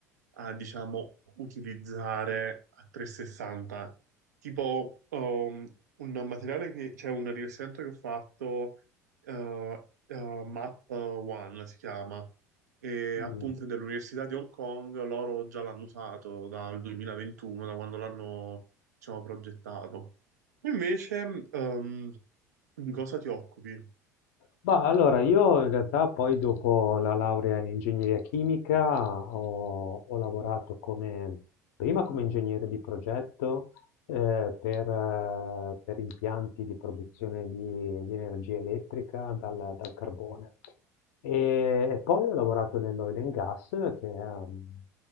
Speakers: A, on the right; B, on the left.
A: a, diciamo, utilizzare a 360. Tipo, um, un materiale che, cioè un rivestimento che ho fatto eh, eh, Map One si chiama, e
B: Mm.
A: appunto è dell'Università di Hong Kong, loro già l'hanno usato dal 2021, da quando l'hanno, diciamo, progettato. Invece, ehm, di cosa ti occupi?
B: Bah, allora, io in realtà poi dopo la laurea in ingegneria chimica ho, ho lavorato come, prima come ingegnere di progetto eh, per, eh, per impianti di produzione di, di energia elettrica dal, dal carbone. E, e poi ho lavorato nell'oil and gas, che è mm, il